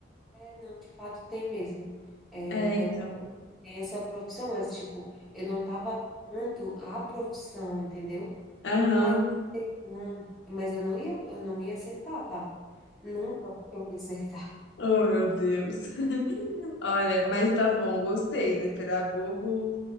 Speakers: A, in the centre; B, on the left (about 70°).
A: é, não, de fato tem mesmo. É,
B: é,
A: deve
B: então.
A: ter essa profissão, mas tipo, eu não tava dando a profissão, entendeu?
B: Aham.
A: Ah, eu não, mas eu não ia, eu não ia acertar, tá? Nunca eu ia acertar.
B: Oh, meu Deus. <laughs> Olha, mas tá bom, gostei, né? Pedagogo,